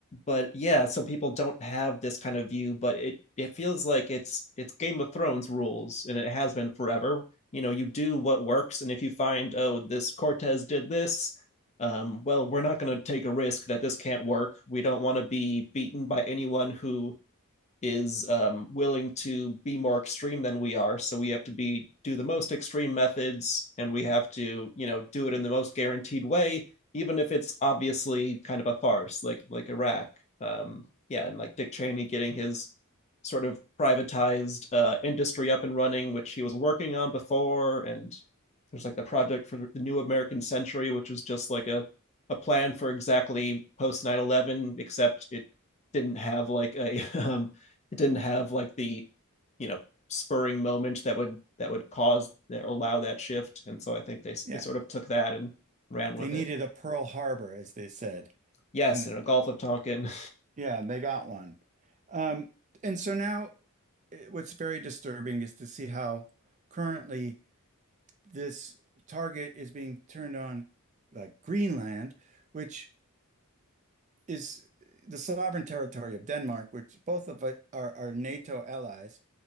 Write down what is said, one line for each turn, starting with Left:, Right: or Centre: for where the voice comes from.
Left: but yeah so people don't have this kind of view but it it feels like it's it's Game of Thrones rules and it has been forever you know you do what works and if you find oh this Cortez did this um, well, we're not going to take a risk that this can't work. We don't want to be beaten by anyone who is um, willing to be more extreme than we are. So we have to be do the most extreme methods, and we have to you know do it in the most guaranteed way, even if it's obviously kind of a farce, like like Iraq. Um, yeah, and like Dick Cheney getting his sort of privatized uh, industry up and running, which he was working on before, and there's like the project for the new American century, which was just like a a plan for exactly post nine eleven, except it didn't have like a <laughs> um, it didn't have like the you know spurring moment that would that would cause or allow that shift and so i think they,
Right: Yeah,
Left: they sort of took that and ran with
Right: they needed
Left: it
Right: a Pearl Harbor, as they said,
Left: yes
Right: and then
Left: in a gulf of tonkin
Right: yeah, they got one. Um, and so now eh, what's very disturbing is to see how currently this target is being turned on like Greenland, which is the sovereign territory of Denmark, which both of us are, are NATO allies.